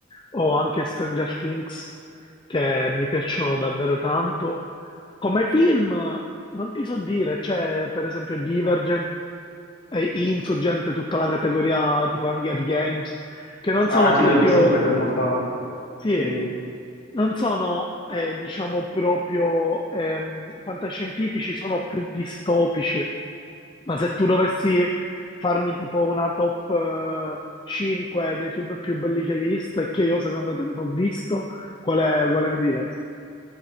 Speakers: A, on the left (about 25°); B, on the left (about 45°).
A: o anche Stranger Things che mi piacciono davvero tanto. Come film non ti so dire, c'è per esempio Divergent e Insurgent, tutta la categoria tipo Hunger Games, che non
B: Ah
A: sono
B: sì,
A: proprio
B: l'ho visto un po' di tempo fa.
A: sì,
B: Sì.
A: non sono, eh, diciamo, proprio ehm, fantascientifici, sono più distopici. Ma se tu dovessi farmi tipo una top eh, 5 dei film più belli che hai visto e che io secondo te non ho visto, quale, quale mi diresti?